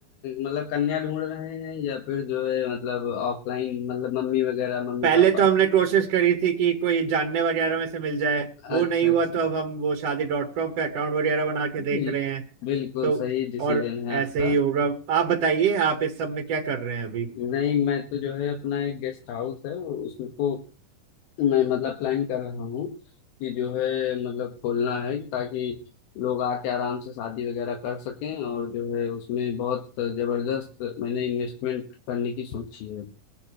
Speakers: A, on the left; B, on the right.
A: मतलब कन्या ढूंढ रहे हैं या फिर जो है मतलब ऑफलाइन मतलब मम्मी वगैरह मम्मी
B: पहले
A: पापा
B: तो हमने कोशिश करी थी कि कोई जानने वगैरह में से मिल जाए
A: अच्छा
B: वो नहीं हुआ
A: अच्छा
B: तो अब हम वो शादी डॉट कॉम पे अकाउंट वगैरह बना के
A: बिल्कुल
B: देख रहे
A: बिल्कुल
B: तो
A: सही डिसीजन
B: और
A: है आपका
B: ऐसे ही होगा आप बताइए आप इस सब में क्या कर रहे हैं अभी
A: नहीं मैं तो जो है अपना एक गेस्ट हाउस है वो उसको मैं मतलब प्लान कर रहा हूँ कि जो है मतलब खोलना है ताकि लोग आके आराम से शादी वगैरह कर सकें और जो है उसमें बहुत जबरदस्त मैंने इन्वेस्टमेंट करने की सोची है